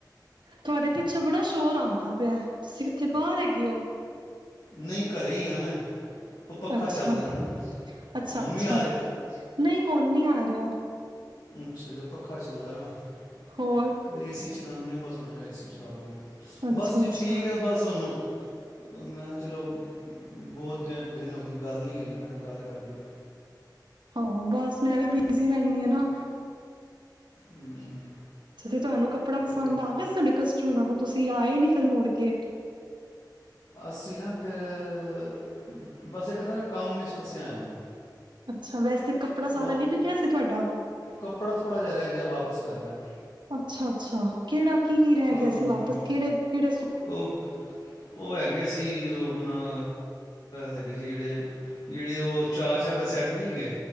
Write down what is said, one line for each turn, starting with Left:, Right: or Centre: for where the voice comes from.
Right: ਤੁਹਾਡੇ ਪਿੱਛੋਂ ਬੜਾ ਸ਼ੋਰ ਆਉਂਦਾ ਪਿਆ ਤੁਸੀ ਤੇੇ ਬਾਹਰ ਹੈਗੇ ਐ।
Left: ਨਹੀਂ ਘਰੇ ਹੀ ਆ ਮੈਂ। ਉਹ ਪੱਖਾ
Right: ਅੱਛਾ
Left: ਚੱਲਦਾ ਰਹਿਣਾ
Right: ਅੱਛਾ
Left: ਹੁਣ
Right: ਅੱਛਾ
Left: ਵੀ ਆ ਰਿਹਾ
Right: ਨਹੀਂ। ਹੁਊਣ ਨਹੀ ਆ ਰਿਹਾ।
Left: ਅੱਛਾ ਜ ਪੱਖਾ ਚੱਲਦਾ ਨਾ
Right: ਹੋਰ
Left: ਏਸੀ ਚਲਾਉਨੇ ਹਾਂ ਬਸ ਹੁਣ ਏ ਸੀ ਚਲਾ ਦਿਨੇ ਹਾਂ
Right: ਅੱਛਾ-ਅੱਛਾ,
Left: ਬਸ ਜੀ ਠੀਕ ਹੈ ਬਸ ਹੁਣ ਮੈਂ ਹੈ ਚਲੋ ਬਹੁ ਤ ਦਿਨ ਹੋ ਗੱਲ ਨਹੀਂ ਹੋਈ ਮੈਂ ਗੱਲ ਕਰ ਲਈਏ।
Right: ਆਹੋ ਬਸ ਮੈਂ ਵੀ ਬਿਜ਼ੀ ਰਹਿੰਨੀ ਆ ਨਾ।
Left: ਹਮ
Right: ਛਾ ਤੁਹਾਨੂੰ ਕੱਪੜਾ ਪਸੰਦ
Left: ਤੇ
Right: ਆ ਗਿਆ ਸੀ ਤੁਹਾਡੇ ਕਸਟਮਰਾਂ ਨੂੰ? ਤੇ ਆਏ ਨੀ ਫਿਰ ਮੋੜ ਕੇ।
Left: ਅਸੀਂ ਨਾ ਫੇਰ ਬਸ ਇੱਕਦ ਨਾ ਕੰਮ ਚ ਫਸਿਆ ਹੋਇਆ ਮੈਂ।
Right: ਅੱਛਾ, ਵੈਸੇ ਕੱਪੜਾ ਸਾਰਾ
Left: ਉਹ
Right: ਵਿਕ ਗਿਆ ਸੀ ਤੁਹਾਡਾ?
Left: ਕੱਪੜਾ ਥੋੜ੍ਹਾ ਜਿਹਾ ਰਹਿ ਗਿਆ ਵਾਪਸ ਕਰਨਾ
Right: ਅੱਛਾ-ਅੱਛਾ ਕਿਹੜਾ ਕੀ ਕੀ ਰਹਿ
Left: ਹਾਂ
Right: ਗਿਆ ਸੀ ਵਾਪਸ ਕਿਹੜੇ ਕਿਹੜੇ
Left: ਉਹ, ਉਹ ਹੈਗੇ ਸੀ ਉਹ ਆਪਣਾ ਹੈਗੇ ਸੀ ਜਿਹੜੇ ਜਿਹੜੇ ਉਹ ਚਾਰ ਚਾਰ ਦੇ ਸੈਟ ਨਹੀਂ ਹੈਗੇ।